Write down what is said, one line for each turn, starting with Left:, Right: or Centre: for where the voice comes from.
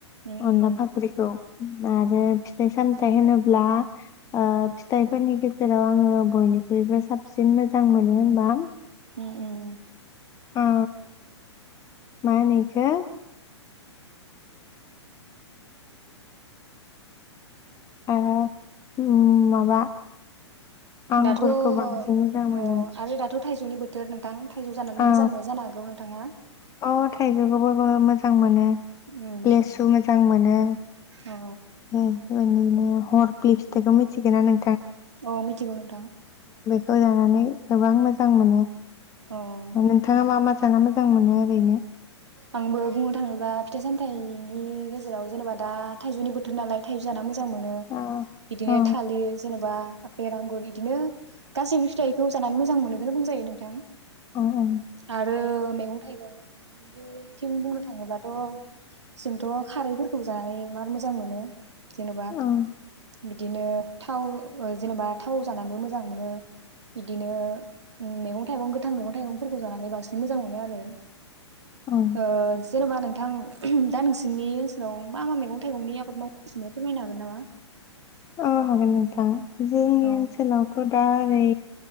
Right: उम
Left: अनला
Right: उम
Left: फाख्रिखौ आरो फिथाइ साम फिथाय होनोब्ला ओ फिथाय फोरनि गेजे जेराव आङो बयनिख्रुइबो साबसिन मोजां मोनो होनबा
Right: हो उम।
Left: ओ मा होनो इखो माबा उम माबा आंगुरखौ
Right: दाथ' अ
Left: बांसिन मोजां मोनो
Right: आरो दाथ' थाइजौनि बोथोर नोंथां थाइजौ जानानै
Left: अ
Right: मोजां मोनो जानो हागौ। थाङा
Left: अ थाइजौबाबो मोजां मोनो।
Right: उम
Left: लेसु मोजां मोनो
Right: अ
Left: <unintelligible> हरफ्लि फिथाइखो मिथिगोना नों
Right: अ मिथिगौ नोंथां
Left: खौजानानै गोबां मोजां मोनो।
Right: अ
Left: नोंथाङा मा मा जानो मोजां मोनो ओरैनो
Right: आंबो बुंनो थाङोब्ला फिथाइ सामथायाइनि गेजेराव जेनेबा दा थाइजौनि बोथोर नालाय थाइजौ जाना जां मोनो
Left: अ
Right: बिदिनो
Left: औ
Right: थालिर जेनेबा आफेर, आंगुर इदिनो गासैबो फिथाइखौ जाना मोजां मोनो खौनो बुजाङो नोंथां।
Left: औ औ
Right: आरो मैगं-थाइगं बियो थिं बुंनो थाङोब्लााथ' जोंथ' खारैफोरखौबो जानानै मार मोजां मोनो। जेन'बा
Left: ओं
Right: बिदिनो थाव ओ जेनेबा थाव जानानैबो मोजां मोनो इदिनो मैगं-थाइगं गोथां मैगं-थाइगंफोरखौबो जानानै बांसिन मोजां मोनो आरो
Left: ओं
Right: ओ जेनेबा नों थां दा नोंसोरनि ओनसोलाव मा मा मैगं-थाइगंनि आबाद मावगासिनो फोरमायनो हागोन नामा?
Left: अ हागोन नोंथां जोंनि
Right: औ
Left: ओनसोलावथ' दारै